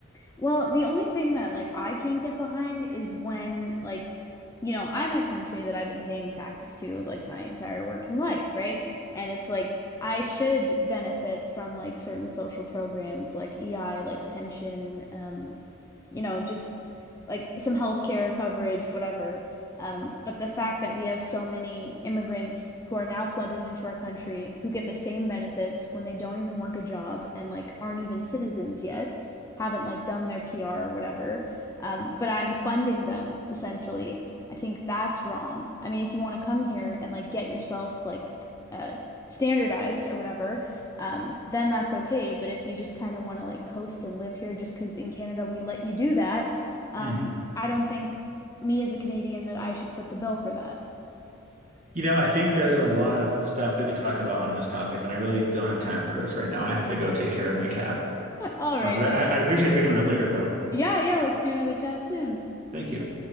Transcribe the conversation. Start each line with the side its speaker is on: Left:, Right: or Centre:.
Left: Well, the only thing that like I can't get behind is when like you know, I'm in a country that I've been paying taxes to like my entire working life, right? And it's like I should benefit from like certain social programs like EI, like pension, um, you know, just like some healthcare coverage, whatever. Um, but the fact that we have so many immigrants who are now flooded into our country who get the same benefits when they don't even work a job and like aren't even citizens yet haven't like done their PR or whatever, um, but I'm funding them essentially. I think that's wrong. I mean, if you want to come here and like get yourself like uh, standardized or whatever, um, then that's okay. But if you just kind of want to like coast and live here just because in Canada we let you do that, um,
Right: Mhm.
Left: I don't think me as a Canadian that I should foot the bill for that.
Right: You know, I think there's a lot of stuff we could talk about on this topic, and I really don't have time for this right now. I have to go take care of my cat.
Left: <laughs> All
Right: Um,
Left: right.
Right: but I, I-
Left: man.
Right: I'd appreciate picking it up later, though.
Left: Yeah, yeah, let's do another chat soon.
Right: Thank you.